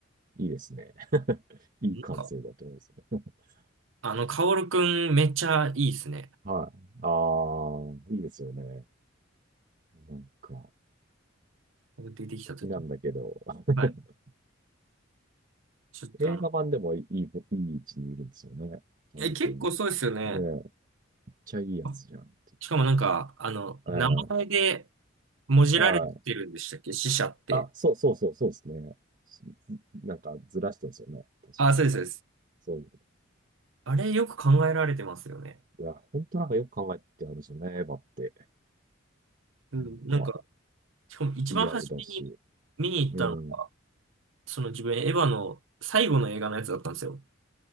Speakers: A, on the right; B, on the right.
A: いいですね。<laughs> いい感性だと思うんですね。
B: い。なんか、
A: <laughs>
B: あの、カオルくんめっちゃいいですね。
A: はい。ああ、いいですよね。なんか。
B: 出てきた時に。
A: 敵なんだけど、<laughs>
B: はい。ちょっとあの、
A: 映画版でもいい、いい位置にいるんですよね。カール君。
B: え、結構そうですよね。
A: これ、めっちゃいいやつじゃんって。
B: あしかもなんか、あの、名前で
A: ええ
B: もじられてるんでしたっけ死者って。
A: はい。あ、そうそうそう、そうですね。しなんかずらしてるんですよね。確か。
B: あ、そうです、そうです。
A: そう。
B: あれよく考えられてますよね。
A: いや、本当なんかよく考えてあるんですよね、エヴァって。
B: うん、
A: なんか、
B: なんか、しかも一番初めに見に行ったのが、
A: リアルだし。うん。
B: その自分エヴァの最後の映画のやつだったんですよ。